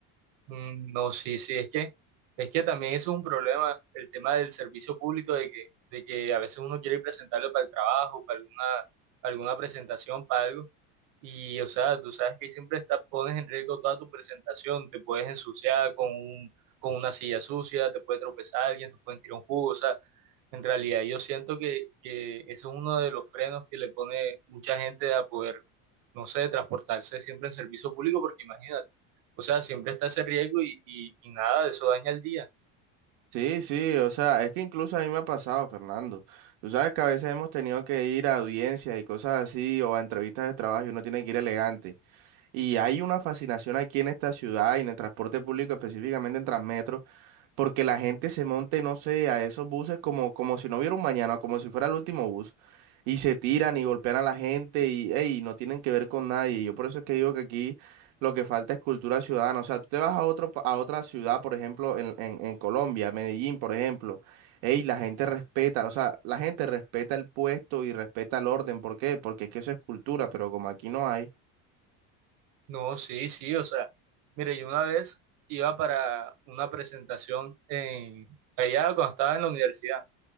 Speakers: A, on the right; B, on the right.
A: Mm, no, sí, sí, es que, es que también eso es un problema, el tema del servicio público, de que, de que a veces uno quiere ir presentable para el trabajo, para alguna, alguna presentación, para algo. Y, o sea, tú sabes que siempre está- pones en riesgo toda tu presentación, te puedes ensuciar con un, con una silla sucia, te puede tropezar alguien, te pueden tirar un jugo, o sea, en realidad yo siento que, que ese es uno de los frenos que le pone mucha gente a poder, no sé, transportarse siempre en servicio público, porque imagínate, o sea, siempre está ese riesgo y, y, y nada, eso daña el día.
B: Sí, sí, o sea, es que incluso a mí me ha pasado, Fernando. Tú sabes que a veces hemos tenido que ir a audiencias y cosas así o a entrevistas de trabajo y uno tiene que ir elegante. Y hay una fascinación aquí en esta ciudad y en el transporte público, específicamente en Transmetro, porque la gente se monte, no sé, a esos buses como, como si no hubiera un mañana, como si fuera el último bus. Y se tiran y golpean a la gente y ey, no tienen que ver con nadie. Yo por eso es que digo que aquí lo que falta es cultura ciudadana. O sea, tú te vas a otro, pa- a otra ciudad, por ejemplo, en, en, en Colombia, Medellín, por ejemplo. Ey, la gente respeta, o sea, la gente respeta el puesto y respeta el orden. ¿Por qué? Porque es que eso es cultura, pero como aquí no hay.
A: No, sí, sí, o sea, mira, yo una vez iba para una presentación en, allá cuando estaba en la universidad.